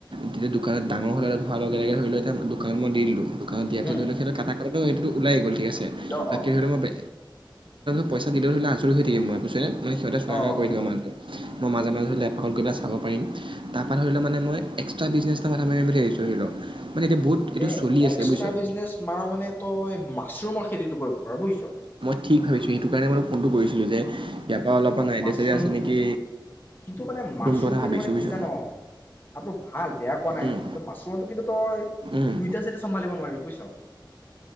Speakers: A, on the right (about 85°); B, on the left (about 25°).
A: তেতিয়া দোকানত ডাঙৰ হৈ অহা লগে লগে ধৰি ল এতিয়া দোকানত মই দি দিলোঁ। দোকানত দিয়াটো
B: উম
A: ধৰি ল <unintelligible> <unintelligible>
B: অ
A: বাকী
B: অ
A: ধৰি ল মই <unintelligible> পইচা দিলেও ধৰিল আজৰি হৈ থাকিম মই বুইছনে? মানে সিহঁতে চোৱা
B: অ
A: কৰা কৰি দিব মানে তোক। মই মাজে মাজে ধৰি ল এপ খন কিবা চাব পাৰিম। তাৰ পৰা ধৰি ল মানে মই এক্সট্ৰা বিজনেছ এটা মাঠা মাৰিম বুলি ভাবিছোঁ ধৰি ল। মানে এতিয়া বহুত এইটো
B: তে
A: চলি আছে। বুজিছ
B: <unintelligible> বিজনেছ মাৰ মানে ত মাছৰুমৰ খেতিটো কৰিব পাৰ, বুইছ!
A: মই ঠিক হৈছে। সেইটো কাৰণে মই ফোনটো কৰিছিলোঁ যে ইয়াৰ পৰা অলপমান
B: অ',
A: আইডিয়া
B: মাছৰুম,
A: চাইডিয়া আছে নেকি
B: কিন্তু <unintelligible> মাছৰুমটো
A: কথা ভাবিছোঁ
B: এতিয়া মানে
A: বুজিছ
B: কি জান, কথাটো ভাল বেয়া কোৱা নাই,
A: উম
B: মাছৰুমতো কিন্তু তই
A: উম
B: দুইটা চাইদে চম্ভালিব নোৱাৰিবি বুইছ?